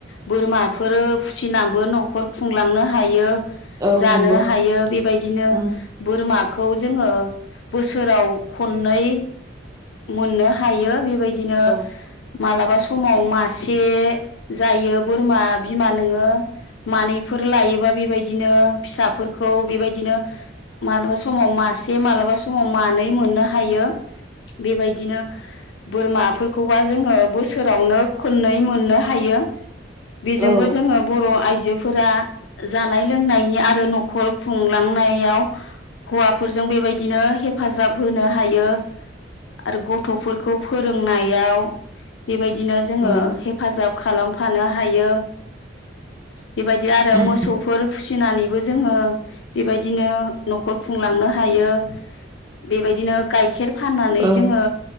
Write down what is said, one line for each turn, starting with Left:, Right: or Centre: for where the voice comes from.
Left: बोरमाफोर फुसिनाबो न'खर खुंलांनो हायो
Right: औ
Left: जानो
Right: नंगौ
Left: हायो बेबायदिनो
Right: उम
Left: बोरमा खौ जोङो बोसोराव ख ननै मोननो हायो बेबायदिनो
Right: औ उम
Left: मालाबा समाव मासे जायो बोरमा बिमा नोङो मानैफोर लायोबा बेबायदिनो फिसाफोरखौ बेबायदिनो मालाबा समाव मासे मालाबा समाव मानै मोननो हायो बेबायदिनो बोरमा फोरखौबा जोङो बोसोरावनो खोननै मोननो हायो बेजोंबो
Right: औ
Left: जोङो बर' आइ जोफोरा जानाय लोंनायनि आरो न'खर खुंलांनायाव हौवाफोरजों बेबायदिनो हेफाजाब होनो हायो आरो गथ'फोर खौ फोरोंनायाव बेबायदिनो जोङो
Right: नंगौ।
Left: हेफाजाब खालाम फानो हायो बेबायदि आरो
Right: उम
Left: मोसौफोर फिसिनानैबो जोङो बेबायदिनो न'खर खुंलांनो हायो बेबायदिनो गाइखेर फाननानै
Right: औ
Left: जोङो